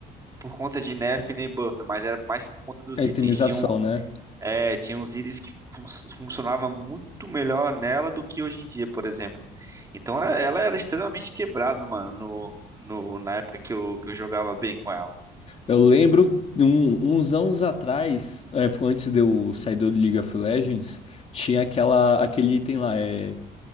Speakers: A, on the right; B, on the left.
A: por conta de nerf nem buffer, mas era mais por conta dos
B: A itemização,
A: itens. Tinha um,
B: né?
A: é, tinha uns itens que fun- funcionava muito melhor nela do que hoje em dia, por exemplo. Então ela, ela era extremamente quebrada, mano, no, no- na época que eu, que eu jogava bem com ela.
B: Eu lembro um- uns anos atrás, é, foi antes de eu sair do League of Legends, tinha aquela, aquele item lá, é,